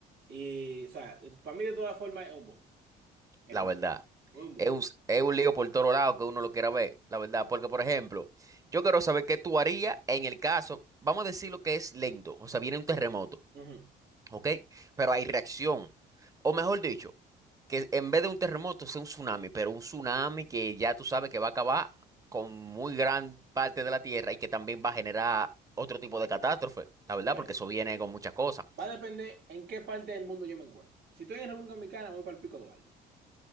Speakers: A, on the right (about 80°); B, on the right (about 20°).
A: Y, o sea, para mí de todas formas es un bobo. Es
B: La
A: un,
B: verdad.
A: es un bobo.
B: Es un, es un lío por todo lado que uno lo quiera ver, la verdad. Porque, por ejemplo, yo quiero saber qué tú harías en el caso, vamos a decir lo que es lento, o sea, viene un terremoto,
A: Ujú.
B: ¿ok? Pero hay reacción. O mejor dicho, que en vez de un terremoto sea un tsunami, pero un tsunami que ya tú sabes que va a acabar con muy gran parte de la tierra y que también va a generar otro tipo de catástrofe, la
A: Bueno,
B: verdad, porque eso viene con muchas cosas.
A: va a depender en qué parte del mundo yo me encuentro. Si estoy en República Dominicana, voy para el Pico Duarte.